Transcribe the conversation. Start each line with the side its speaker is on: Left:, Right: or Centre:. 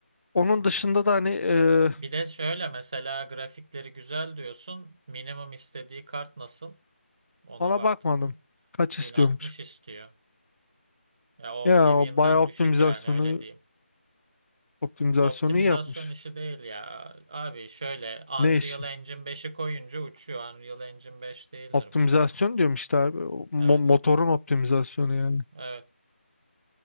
Left: Onun dışında da hani e,
Right: Bir de şöyle mesela grafikleri güzel diyorsun. Minimum istediği kart nasıl? Ona
Left: ona
Right: baktın
Left: bakmadım.
Right: mı?
Left: Kaç
Right: Bin
Left: istiyormuş.
Right: altmış istiyor. Ya Oblivion'dan
Left: Ya o bayağı optimizasyonu
Right: düşük yani öyle diyeyim.
Left: optimizasyonu
Right: Optimizasyon
Left: iyi yapmış.
Right: işi değil ya. Abi şöyle Unreal
Left: Ne işi?
Right: Engine beşi koyunca uçuyor. Unreal Engine beş değildir
Left: Optimizasyon
Right: bu.
Left: diyorum işte abi. O mo-
Right: Evet.
Left: motorun optimizasyonu yani.
Right: Evet.